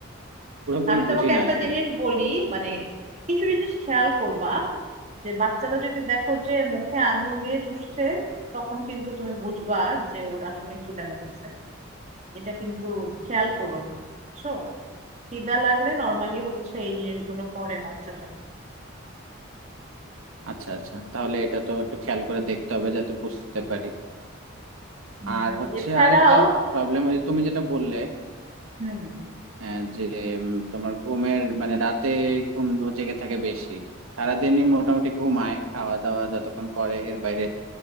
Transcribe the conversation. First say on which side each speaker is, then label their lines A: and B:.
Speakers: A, on the right; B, on the right.
A: পুরোপুরি
B: আমি তোমাকে
A: বুঝি না
B: একটা
A: আসলে
B: জিনিস বলি মানে কিছু জিনিস খেয়াল করবা যে বাচ্চারা যদি দেখো যে মুখে আঙ্গুল দিয়ে চুষছে তখন কিন্তু তুমি বুঝবা যে ওর আসলে খিদা লেগেছে এটা কিন্তু খেয়াল করো বুঝছো খিদা লাগলে নর্মালি হচ্ছে এই জিনিসগুলো করে বাচ্চারা
A: আচ্ছা আচ্ছা তাহলে এটা তো একটু খেয়াল করে দেখতে হবে যাতে বুঝতে পারি
B: হুম।
A: আর হচ্ছে
B: এছাড়াও
A: আরেকটা প্রবলেম তুমি যেটা বললে
B: হুম
A: হ্যাঁ যে উম, তোমার ঘুমের মানে রাতে ঘুম ও জেগে থাকে বেশি সারাদিনই মোটামুটি ঘুমায় খাওয়া দাওয়া যতক্ষণ করে এর বাইরে